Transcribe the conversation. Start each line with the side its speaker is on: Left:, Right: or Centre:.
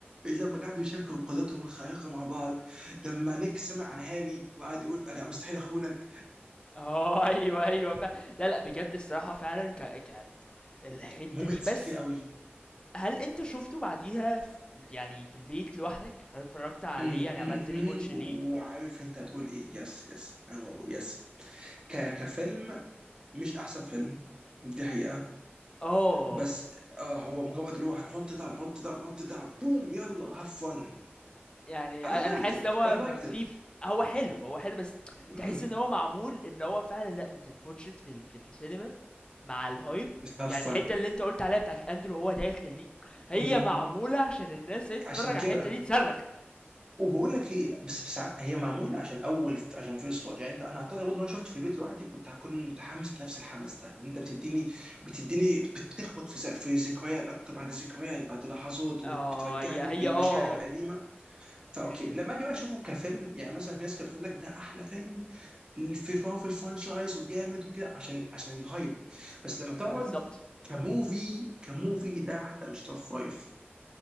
Right: لما قعدوا يشاركوا قدراتهم الخارقه مع بعض لما نيك سمع عن هاري وقعد يقول انا مستحيل اخونك
Left: اه <laughs> أيوه أيوه ف... لا لأ بجد الصراحة فعلًا ك ك الحتّة
Right: <laughs> مومنتس
Left: دي بس
Right: كتير قوي
Left: هل أنت شُفته بعديها ف يعني في البيت لوحدك؟ هل اتفرّجت عليه
Right: امم
Left: يعني
Right: امم
Left: عملت rewatch ليه؟
Right: وعارف انت هتقول ايه يس يس انا بقول يس ك كفيلم مش احسن فيلم دي حقيقة
Left: آه،
Right: بس اه هو مجرد اللي هو هنحط ده هنحط ده هنحط ده بوم يلا هاف فن
Left: يعني
Right: and
Left: أ
Right: I liked
Left: أنا حاسس
Right: it
Left: إن هو
Right: I liked
Left: م في
Right: it
Left: ف هو حلو، هو حلو بس
Right: امم
Left: تحس إن هو معمول إن هو فعلًا لأ أنت تwatch it في ال في السينما مع الhype
Right: امم have
Left: يعني
Right: fun
Left: الحتّة اللي أنت قُلت عليها بتاعة أندرو وهو داخل دي، هي
Right: امم
Left: معمولة عشان الناس اللي هي تتفرّج
Right: عشان
Left: على
Right: كده
Left: الحتّة دي تصرّخ.
Right: وبقول لك ايه بس بس ع- هي معمول عشان اول عشان فيرست واتش يعني انت انا اعتقد برضه لو انا شفته في البيت لوحدي كنت هكون متحمس بنفس الحماس ده ان انت بتديني بتديني بت- بتخبط في س- في ذكريات اكتر بعد ذكريات بعد لحظات وبترجعني
Left: اه هي هي
Right: بمشاعر
Left: اه
Right: قديمه فاوكي
Left: امم
Right: لما اجي بقى اشوفه كفيلم يعني مثلا في ناس كانت بتقول لك ده احلى فيلم في في الفرانشايز وجامد وكده عشان عشان الهايب بس لما تقعد
Left: بالظبط
Right: كموفي كموفي ده حتى مش توب فايف